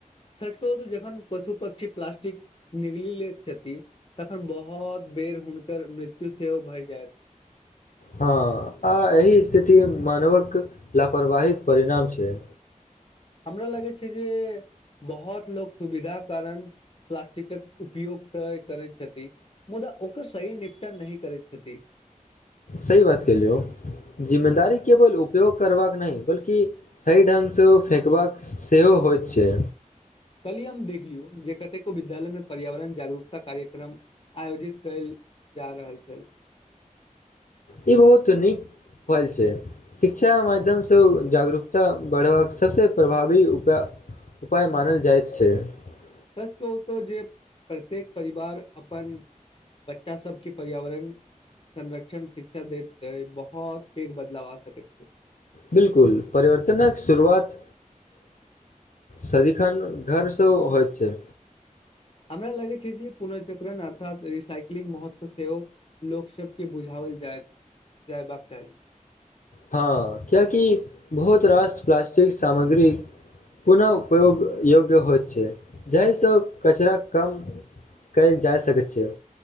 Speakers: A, on the left; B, on the left.
A: सच कहू त जखन पशु पक्षी प्लास्टिक निगली ले छथि तखन बहुत बेर हुनकर मृत्यु सेहो भय जायत।
B: हँ आ एहि स्थिति मानवक लापरवहि परिणाम छै।
A: हमरा लगै छै जे बहुत लोको सुविधाक कारण प्लास्टिकके उपयोग तऽ करैत छथि मुदा ओकर सही निपटान नहि करैत छथिन।
B: सही बात क लियौ जिम्मेदारी केवल उपयोग करबाक नहि बल्कि सही ढङ्गसँ ओ फकबाक सेहो होइत छै।
A: कली हम देखलियौ जे कतेको। दल मे प पर्यावरण जागरूकता कार्यक। कार्यक्रम आयोजित कयल जा रहल छल। <unintelligible>
B: ई बहुत नीक पल छै शिक्षाक माध्यमसँ ओ जागरूक। तऽ बढ़बाक सबसँ। प्रभावी उपाय मानल जाइत छै। <unintelligible>
A: सच कहतौ जे प्रत्येक परिवार अपन बच्चा सबके पर्यावरण संरक्षण शिक्षा दे बहुत पैघ बदलाव आ सकैत छै।
B: बिलकुल परिवर्तनक शुरुआत सदिखन घरसँ होयत छै।
A: हमरा लगै छै जे पुनःजक्रण अर्थ। महत्व सेहो लोक सब के बुझाल जाय जयबाक चाही।
B: हँ किएकि बहुत रास प्लास्टिक सामग्री पुनः उपयोग योग्य होइत छै जाहिसँ कचरा कम कयल जा सकैत छै।